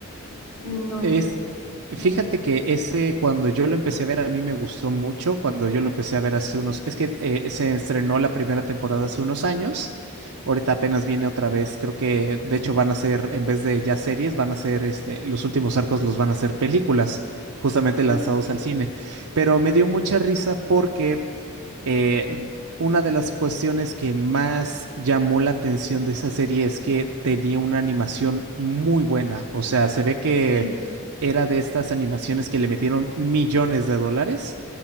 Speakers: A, on the left; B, on the right.
A: No,
B: Es,
A: no
B: fíjate
A: lo he visto.
B: que ese cuando yo lo empecé a ver a mí me gustó mucho, cuando yo lo empecé a ver hace unos, es que eh, se estrenó la primera temporada hace unos años, ahorita apenas viene otra vez, creo que de hecho van a ser, en vez de ya series, van a ser, este, los últimos arcos los van a ser películas, justamente
A: Ah,
B: lanzados al cine, pero me dio mucha risa porque eh, una de las cuestiones que más llamó la atención de esa serie es que tenía una animación muy buena. O sea, se ve que
A: sí,
B: era de estas animaciones que le metieron millones de dólares.